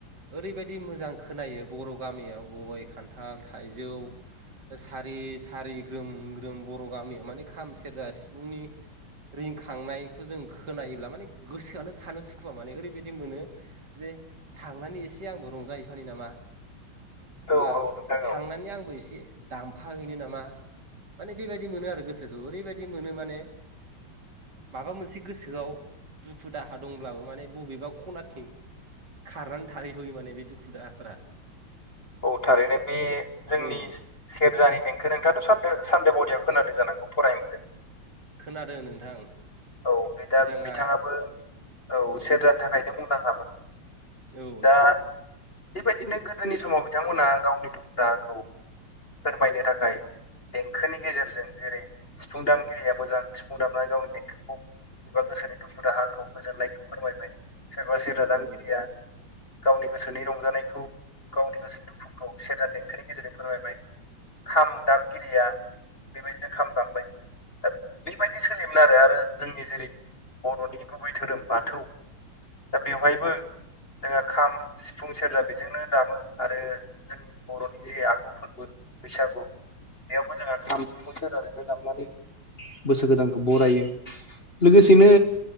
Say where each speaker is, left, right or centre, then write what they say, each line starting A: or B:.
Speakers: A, on the right (about 55°); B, on the left (about 30°).
A: ओरैबायदि मोजां खोनायो बर' गामियाव गय खान्थाल थाइजौ सारि सारि ग्रोम बर' गामियाव माने खाम सेरजा सिफुंनि रिंखांनायखौ जों खोनायोब्ला माने गोसोआनो थानो सुखुवा माने ओरैबायदि मोनो जे थांनानै एसे आंबो रंजाहैफानो नामा
B: औ
A: बा
B: औ नोंथां
A: थांनानै
B: औ
A: आंबो इसे दामफाहैैनो नामा माने बेबायदि मोनो आरो गोसोखौ ओरैबायदि मोनो माने माबा मोनसे गोसोआव दुखु-दाहा दंब्लाबो माने बबेबा खनाथिं खारनानै थाहैथ'यो माने बे दुखु-दाहाफ्रा
B: औ थारैनो बे जोंनि
A: औ
B: सेरजानि देंखो नोंथांआथ' सानदो सानदोबादियाव खोनादों जानांगौ फराय मोनदों
A: खोनादों नोंथां
B: औ बे दा
A: बिथाङा
B: बिथाङाबो औ
A: औ
B: सेरजानि थाखायनो मुंदांखामोन
A: औ नोंथां
B: दा बेबायदिनो गोदोनि समाव बिथांमोना गावनि दुखु दाहाखौ फोरमायनो थाखाय देंखोनि गेजेरजों जेरै सिफुं दामगिरिया मोजां सिफुं दामनानै गावनि देंखो एबा गोसोनि दुखु-दाहाखौ गोजोननायखौ फोरमायबाय सोरबा सेरजा दामगिरिया
A: औ
B: गावनि गोसोनि रंजानायखौ गावनि गोसो दुखुखौ सेरजानि देंखोनि गेजेरजों फोरमायबाय खाम दामगिरिया बेबायदिनो खाम दामबाय दा बेबायदि सोलियोमोन आरो आरो जोंनि जेरै बर'नि गुबै धोरोम बाथौ दा बेवहायबो जोङो खाम सिफुं सेरजा बेजोंनो दामो आरो जोंनि बर'नि जे आगु फोरबो बैसागु बेयावबो जोंहा खाम सिफुं सेरजा जोंनो दामनानै बोसोर गोदानखौ बरायो लोगोसेनो
A: औ